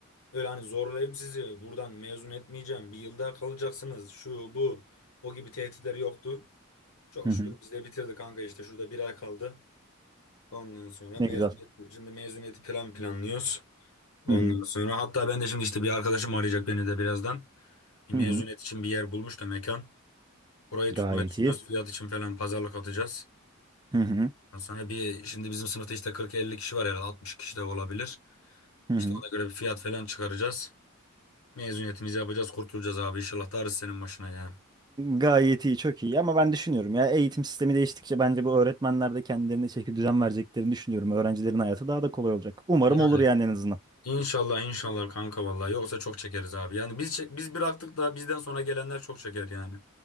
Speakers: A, on the left; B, on the right.
A: Öyle hani zorlayayım sizi buradan mezun etmeyeceğim. Bir yılda kalacaksınız şu bu o gibi tehditler yoktu. Çok
B: Hı hı.
A: şükür biz de bitirdik kanka işte şurada bir ay kaldı. Ondan sonra
B: Ne
A: mezuniyet,
B: güzel.
A: şimdi mezuniyeti plan planlıyoruz. Ondan
B: Hı hı.
A: sonra hatta ben de şimdi işte bir arkadaşım arayacak beni de birazdan. Bir mezuniyet
B: Hı hı.
A: için bir yer bulmuş da mekan. Orayı
B: Gayet
A: tutmayı düşünüyoruz
B: iyi.
A: fiyat için falan pazarlık atacağız.
B: Hı hı.
A: Ondan Sonra bir şimdi bizim sınıfta işte 40-50 kişi var herhalde 60 kişi de olabilir.
B: Hı hı.
A: İşte ona göre bir fiyat falan çıkaracağız. Mezuniyetimizi yapacağız, kurtulacağız abi. İnşallah da senin başına ya.
B: Gayet iyi, çok iyi. Ama ben düşünüyorum ya eğitim sistemi değiştikçe bence bu öğretmenler de kendilerine çeki düzen vereceklerini düşünüyorum. Öğrencilerin hayatı daha da kolay olacak. Umarım
A: Yani
B: olur
A: Yani
B: yani en azından.
A: inşallah inşallah kanka vallahi yoksa çok çekeriz abi. Yani biz çek, biz bıraktık da bizden sonra gelenler çok çeker yani.